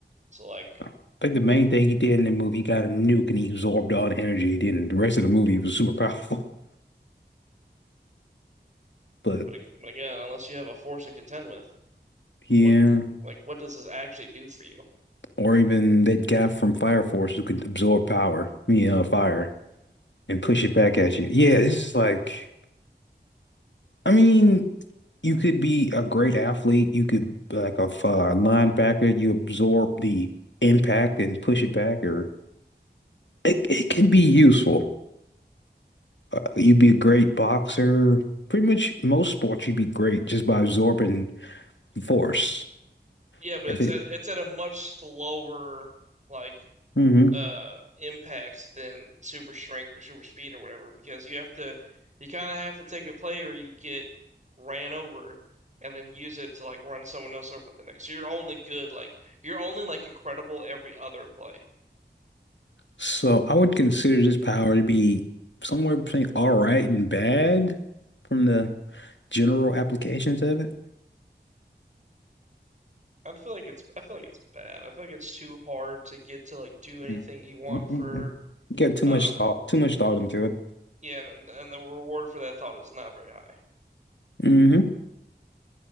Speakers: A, on the right; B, on the left.
A: So, like,
B: I think the main thing he did in the movie, he got a nuke and he absorbed all the energy. Then the rest of the movie was super powerful. <laughs> But
A: but ag- but again, unless you have a force to contend with,
B: yeah.
A: what, like, what does this actually do for you?
B: Or even that guy from Fire Force who could absorb power, I mean, uh, fire, and push it back at you. Yeah, this is like, I mean, you could be a great athlete. You could be like a f- uh, linebacker. You absorb the impact and push it back, or it, it can be useful. Uh, you'd be a great boxer. Pretty much most sports, you'd be great just by absorbing force.
A: Yeah, but
B: If
A: it's
B: it,
A: at it's at a much slower, like,
B: mm-hmm,
A: uh impact than super strength or super speed or whatever because you have to you kind of have to take a play or you get ran over and then use it to like run someone else over the next. So you're only good like you're only like incredible every other play.
B: So I would consider this power to be somewhere between all right and bad from the general applications of it.
A: I feel like it's I feel like it's bad. I feel like it's too hard to get to like do anything
B: Mm,
A: you want
B: mm,
A: for
B: mm, mm. You got too
A: um
B: much thought, too much thought into it.
A: yeah and, and the reward for that thought is not very high.
B: hmm